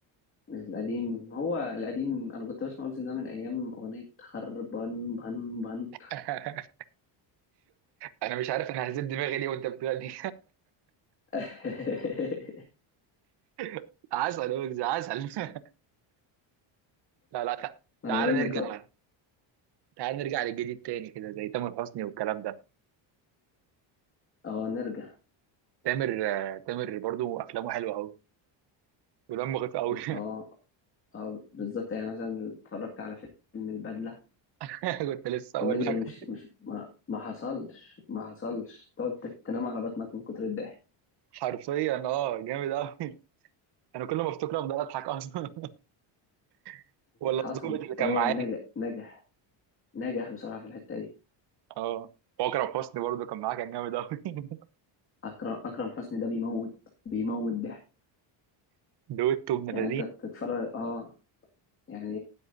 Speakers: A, on the left; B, on the right.
A: القديم هو القديم انا كنت بسمع ويجز ده من ايام اغنيه خربان بان بان
B: <laughs> انا مش عارف انا هزيد دماغي ليه وانت بتغني
A: <laughs>
B: <laughs> عسل ويجز عسل <laughs> لا لا تع-
A: انا
B: تعال
A: بقول
B: نرجع
A: لك اه
B: تعال نرجع للجديد تاني كده زي تامر حسني والكلام ده
A: آه، نرجع
B: تامر آه، تامر برضو افلامه حلوه قوي ودمه خفيف قوي
A: اه اه بالظبط يعني مثلا اتفرجت على فيلم البدله
B: <laughs> كنت لسه
A: كوميديا
B: اقول لك
A: مش مش ما, ما حصلش ما حصلش تقعد تنام على بطنك من كتر الضحك
B: حرفيا اه جامد قوي <laughs> انا كل ما افتكر افضل اضحك اصلا <laughs> ولا
A: حصل
B: الظابط اللي كان
A: هو
B: معاه
A: نجح نجح نجح بصراحة في الحتة دي
B: اه واكرم حسني برضه كان معاه كان جامد قوي <laughs>
A: أكرم أكرم حسني ده بيموت بيموت ضحك
B: دويتو ابن
A: يعني
B: لذين
A: أنت تتفرج أه يعني